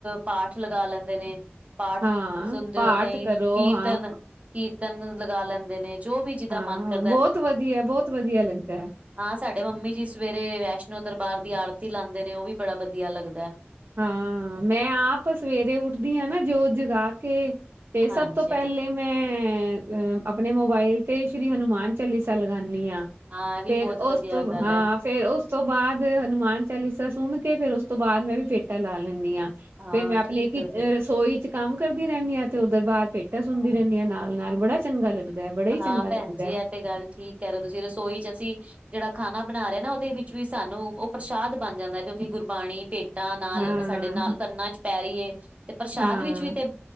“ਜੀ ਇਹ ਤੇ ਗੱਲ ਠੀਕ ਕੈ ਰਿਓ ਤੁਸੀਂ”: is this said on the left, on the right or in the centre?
Right